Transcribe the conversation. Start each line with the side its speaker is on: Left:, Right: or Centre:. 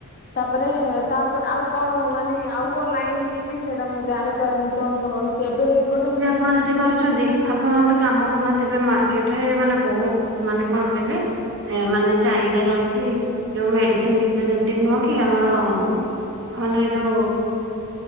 Left: ତାପରେ ତାପ ଆଉ କଣ ମାନେ ଆଉ କୋଉ ଲାଇନ ଯିବି ସେଇଟା ମୁଁ ଜାଣିପାରୁ ତ ମୁଁ ରହିଚି ଏବେ ଗୋଟେ
Right: ଆପଣ ଯଦି କରିଚନ୍ତି ଆପଣ ଗୋଟେ କାମ କରୁନାହାନ୍ତି ଏବେ ମାର୍କେଟରେ ମାନେ ବୋହୁତ ମାନେ କଣ କୈଲେ? ମାନେ ଚାହିଦା ରହିଚି ଯୋଉ ମେଡିସିନ ରିପ୍ରେଜେଣ୍ଟିଭ ନୁହଁ କି ଆମର-ଅ ମାନେ ଯୋଉ